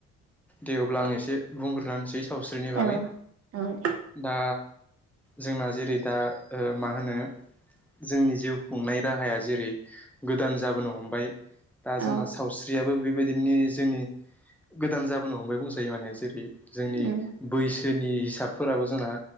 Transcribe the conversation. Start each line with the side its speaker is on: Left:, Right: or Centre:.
Centre: दे अब्ला आं एसे बुंग्रोहोनोसै सावस्रिनि बागै
Right: औ औ दे
Centre: दा जोंना जेरै दा ओ माहोनो जोंनि जिउ खुंनाय राहाया जेरै गोदान जाबोनो हमबाय दा जोंना
Right: औ
Centre: सावस्रियाबो बेबायदिनि जोंनि गो दान जाबोनो हमबाय बुंजायो माने जेरै जोंनि
Right: उम
Centre: बैसोनि हिसाबफोराबो जोंना